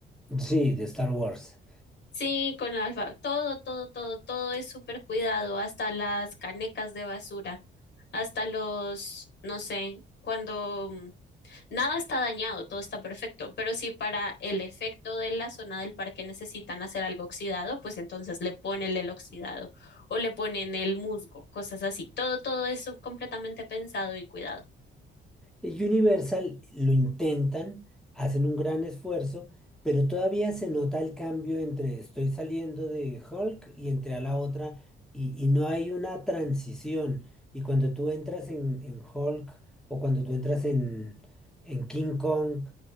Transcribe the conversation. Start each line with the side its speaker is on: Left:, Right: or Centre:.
Centre: Sí, de Star Wars.
Left: Sí, con el alfabeto. Todo, todo, todo, todo es súper cuidado, hasta las canecas de basura. hasta los, no sé, cuando mm, nada está dañado, todo está perfecto, pero si para el efecto de la zona del parque necesitan hacer algo oxidado, pues entonces le ponen el oxidado o le ponen el musgo, cosas así, todo, todo eso completamente pensado y cuidado.
Centre: Universal lo intentan, hacen un gran esfuerzo, pero todavía se nota el cambio entre estoy saliendo de Hulk y entré a la otra y, y no hay una transición. Y cuando tú entras en, en Hulk o cuando tú entras en, en King Kong,